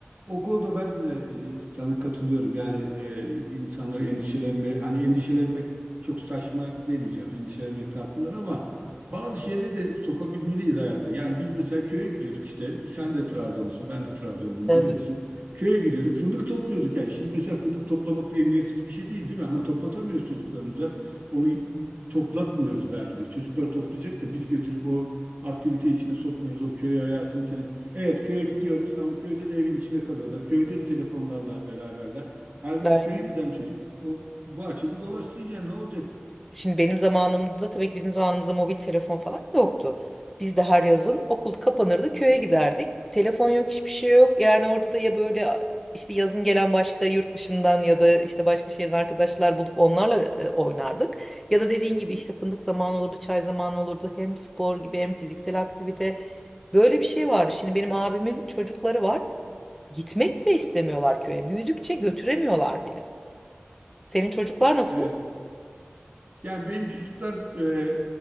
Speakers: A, on the right; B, in the centre.
A: o konuda ben de e, sana katılıyorum. Yani e, insanlar endişelenme, hani endişelenmek çok saçma demeyeceğim. Endişelenmek haklılar ama bazı şeyleri de sokabilmeliyiz hayata. Yani biz mesela köye gidiyorduk işte. Sen de Trabzonlusun, ben de Trabzonluyum
B: düşünüyorum.
A: biliyorsun. Köye gidiyorduk, fındık topluyorduk yani. Şimdi mesela fındık toplamak da emniyetsiz bir şey değil, değil mi? Ama toplatamıyoruz çocuklarımıza. Onu toplatmıyoruz belki de. Çocuklar toplayacak da biz götürüp o aktivite içine sokmuyoruz. O köy hayatını teneffüs Evet köye gidiyoruz ama köyde de evin içinde kalıyorlar. Köyde de telefonlarla beraberler. Halbuki
B: Evet.
A: köye giden çocuk o bahçede dolaşsın ya ne olacak?
B: Şimdi benim zamanımda tabii ki bizim zamanımızda mobil telefon falan yoktu. Biz de her yazın okul kapanırdı köye giderdik. E, Telefon yok hiçbir şey yok. Yani orada da ya böyle işte yazın gelen başka yurt dışından ya da işte başka şehrin arkadaşlar bulup onlarla e, oynardık. Ya da dediğin gibi işte fındık zamanı olurdu, çay zamanı olurdu. Hem spor gibi hem fiziksel aktivite. Böyle bir şey vardı. Şimdi benim abimin çocukları var. Gitmek bile istemiyorlar köye. Büyüdükçe götüremiyorlar bile. Senin çocuklar nasıl?
A: Evet. Yani benim çocuklar e,